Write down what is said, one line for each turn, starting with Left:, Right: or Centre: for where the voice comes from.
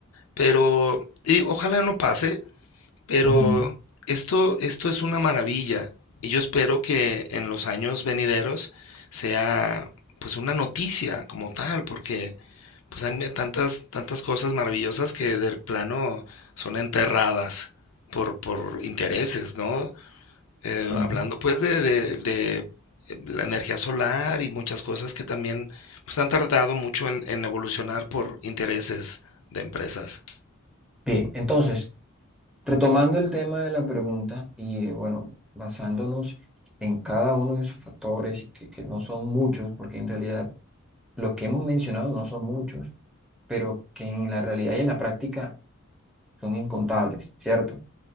Left: pero y ojalá no pase. Pero
Centre: ujú,
Left: esto, esto es una maravilla y yo espero que en los años venideros sea pues una noticia como tal, porque pues hay me- tantas, tantas cosas maravillosas que del plano son enterradas por, por intereses, ¿no? Eh,
Centre: ujú.
Left: hablando pues de, de, de, eh, la energía solar y muchas cosas que también pues han tardado mucho en, en evolucionar por intereses de empresas.
Centre: Bien, entonces, retomando el tema de la pregunta y eh, bueno, basándonos en cada uno de esos factores, que, que no son muchos, porque en realidad los que hemos mencionado no son muchos, pero que en la realidad y en la práctica son incontables, ¿cierto?